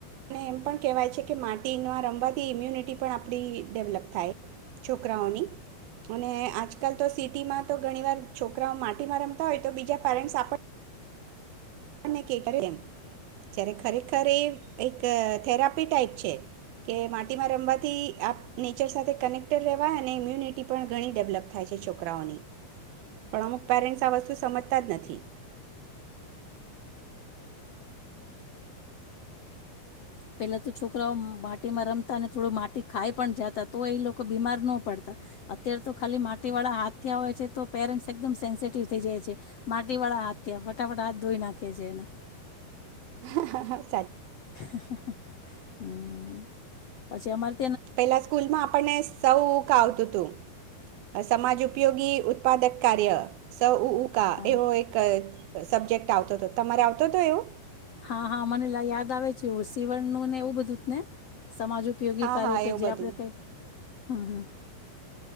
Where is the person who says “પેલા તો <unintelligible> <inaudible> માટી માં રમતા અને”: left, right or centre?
Left